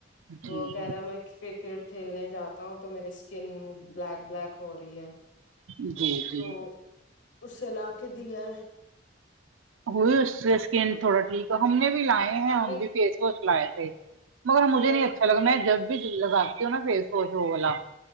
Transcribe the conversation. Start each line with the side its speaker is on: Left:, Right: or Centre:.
Right: جی
Left: وہ کہہ
Right: جی
Left: رہا میں کرکٹ کھیلنے جاتا ہوں تو میرے اسکن بلیک بلیک ہو رہی ہے
Right: جی جی
Left: تو اسے لا کے دیا ہے
Right: وہ اس سے اسکن تھوڑا ٹھیک ہے ہم نے بھی لائے ہیں ہم
Left: ابھی
Right: بھی فیس واش لائے تھے مگر
Left: جی
Right: مجھے
Left: اب
Right: نہیں اچھا لگا میں جب بھی دل لگاتی ہوں نا فیس واش وہ والا